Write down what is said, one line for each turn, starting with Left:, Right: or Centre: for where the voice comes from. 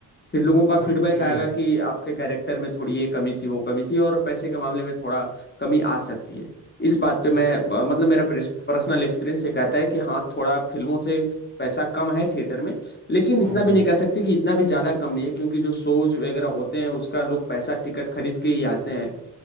Left: फिर लोगों का
Right: ओके
Left: फीडबैक आएगा कि आपके कैरेक्टर में थोड़ी ये कमी थी वो कमी थी और पैसे के मामले में थोड़ा कमी आ सकती है इस बात पे मैं
Right: अच्छा हम्म
Left: अ, मतलब मेरा पर्सनल एक्सपीरियंस ये कहता है कि हाँ थोड़ा फिल्मों से पैसा कम है थिएटर में लेकिन
Right: हम्म
Left: इतना भी नहीं कह सकते कि इतना भी ज्यादा कम नहीं है क्योंकि जो शोज वगैरह होते हैं उसका लोग पैसा टिकट खरीद के ही आते हैं